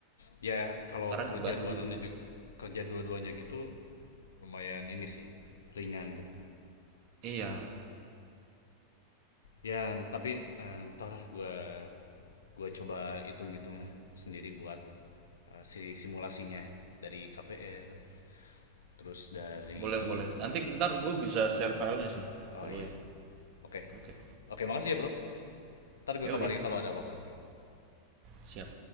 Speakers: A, on the left; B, on the right.
A: Ya yeah, kalau
B: karena
A: kerja
B: dibantu
A: dua duanannya juga kerja dua-duanya gitu lumayan ini sih ringan gitu.
B: iya
A: Ya, tapi eh, entahlah gue gua coba hitung-hitung lah sendiri buat eh, si simulasinya dari KPR, terus dari
B: boleh boleh nanti ntar gue bisa share filenya sih
A: Oh
B: ke
A: iya.
B: lo ya
A: Oke.
B: oke
A: Oke, makasih ya, Bro. Ntar gue
B: yoi
A: kabarin kalau ada apa-apa lagi.
B: siap